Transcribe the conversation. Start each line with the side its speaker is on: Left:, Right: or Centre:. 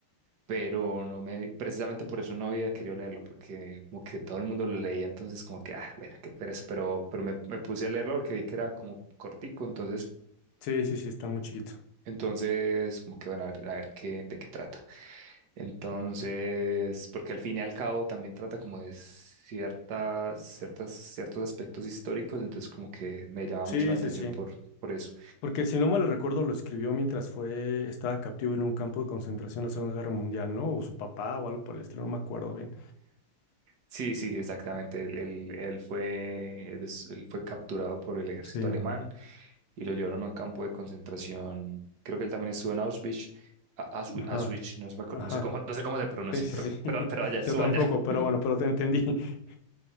Right: pero no me, precisamente por eso no había querido leerlo porque como que todo el mundo lo leía, entonces como que, ah, bueno, qué pereza, pero, pero me, me puse a leerlo porque vi que era como cortico, entonces,
Left: Sí, sí, sí, está muy chiquito.
Right: entonces como que bueno, a ver, a ver qué, de qué trata. Entonces, porque al fin y al cabo también trata como de ciertas, ciertas, ciertos aspectos históricos, entonces como que me llama
Left: Sí,
Right: mucho la atención
Left: sí, sí.
Right: por, por eso.
Left: Porque si no mal recuerdo, lo escribió mientras fue, estaba captivo en un campo de concentración en la Segunda Guerra Mundial, ¿no? O su papá o algo por el estilo, no me acuerdo bien.
Right: Sí, sí, exactamente. Él, él, él fue, él, es- él fue capturado por el ejército
Left: Sí,
Right: alemán y lo llevaron a un campo de concentración. Creo que él también estuvo en Auschwitz. A- Auschwi-
Left: ajá,
Right: Auschwitz, no, se me acuer-
Left: ajá.
Right: no sé cómo, no sé cómo se pronuncia,
Left: Sí, sí,
Right: pero,
Left: sí. <laughs>
Right: pero, pero allá, estuvo
Left: Yo tampoco,
Right: allá.
Left: pero
Right: <laughs>
Left: bueno, pero te entendí. <laughs>